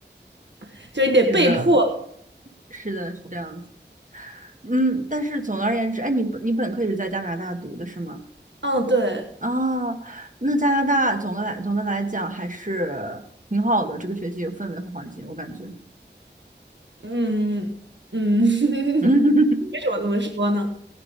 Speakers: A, on the right; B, on the right.
A: <laughs> 就是你得被迫。
B: 是的，是的，是这样子。嗯，但是总的而言之，哎，你本你本科也是在加拿大读的是吗？
A: 嗯，对，
B: 哦，那加拿大总的来总的来讲还是挺好的，这个学习有氛围和环境，我感觉。<laughs>
A: 嗯嗯，<laughs>
B: 嗯
A: 为什么这么说呢？